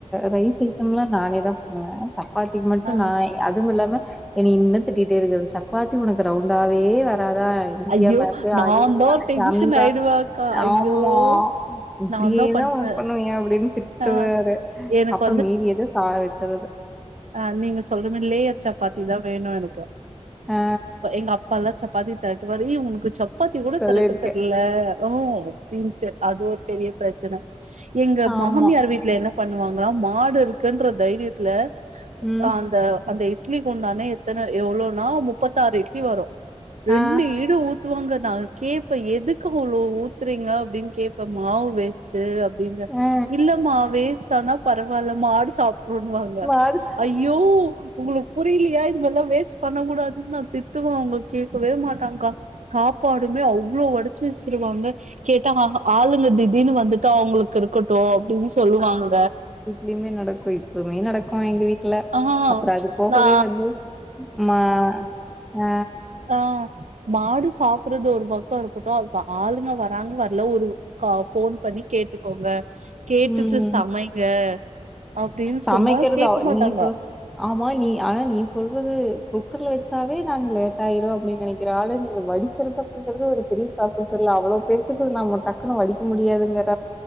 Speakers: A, in the centre; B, on the right.
A: ரைஸ் ஐட்டம்லா நானே தா பண்ணுவ சப்பாத்திக்கு மட்டு
B: ஆ
A: நா அதுவுமில்லாம என்னை இன்னு திட்டிட்டே இருக்கறது சப்பாத்தி உனக்கு ரவுண்டாவே வராதா இந்தியா
B: ஐயோ
A: மேப்பு
B: நாந்தா
A: அணீலு ஆட்
B: டென்ஷன்
A: சமீபா
B: ஆயிடுவே அக்கா ஐயோ
A: ஆமா இப்டியேதா
B: நான் தான் பண்ணுவேன்
A: ஒனக் பண்ணுவியா அப்டின்னு திட்
B: ஆ
A: டுவாரு
B: எனக்கு
A: அப்றோ மீதி எதோ சா வச்சறது
B: அ நீங்க சொல்ற மேரி லேயர் சப்பாத்தி தா வேணு எனக்கு
A: ஆ
B: எங்க அப்பால்லா சப்பாத்தி தெரட்டுவாரு ஏய் உனக்கு சப்பாத்தி கூட
A: சொல்லிருக்கேன்.
B: தெரட்ட தெர்ல ஓஹ் அப்டின்ட்டு அது ஒரு பெரிய பிரச்சன எங்க
A: ஆமா
B: மாமியார் வீட்ல என்ன பண்ணுவாங்களா மாடு இருக்குன்ற தைரியத்துல
A: ம்
B: அந்த அந்த இட்லி குண்டானே எத்தன எவ்ளோனா முப்பத்தாறு இட்லி வரூ ரெண்டு
A: ஆ
B: ஈடு ஊத் த்துவாங்க நா கேப்ப எதுக்கு இவ்ளோ ஊத்றிங்க அப்டின்னு கேப்ப மாவு வேஸ்டு வீங்க
A: அ
B: இல்லமா வேஸ்ட் ஆனா பரவால்ல மாடு சாப்ட்றுன்னுவாங்க
A: மாறு
B: ஐயோ உங்களுக்கு புரிலியா இதுமார்ல்லா வேஸ்ட் பண்ணக் கூடாதுன்னு நா திட்டுவ அவுங்க கேக்கவே மாட்டாங்கா சாப் சாப்பாடுமே அவ்ளோ வடிச்சு வச்சிருவாங்க கேட்டா ஆளுங்க திடீர்ன்னு வந்துட்டா அவுங்களுக்கு இருக்கட் டு அப்டின் சொல்லுவாங்க
A: லிமே நடக்கும் இப்பவுமே நடக்கும் எங்க வீட் ல
B: ஆ
A: அப்பறோ அது போகவே
B: நா
A: வந்து மா அ
B: அ மாடு சாப்பட்றது ஒரு பக்கோ இருக்கட்டு அதுக்கு ஆளுங்க வராங்க வரல ஒரு கா ஃபோன் பண்ணி கேட்டுக்கோங்க கேட்டுட்டு
A: ம்
B: சமைங்க அப்டின்னு
A: சமைக்கிறது
B: சொன்னா கேக்க
A: அவ்
B: மாட்டாங்கா
A: நீ சொ ஆமா நீ அனா நீ சொல்றது குக்கர்ல வச்சாவே நாங்க லேட் ஆயிரு அப்டின்னு நெனைக்கிற ஆளு நீங்க வடி <unintelligible> ங்கறது ஒரு பெரிய ப்ராசஸ் இல்ல அவ்ளோ பேத்துக்கு நம்ம டக்குன்னு வடிக்க முடியாதுங்கற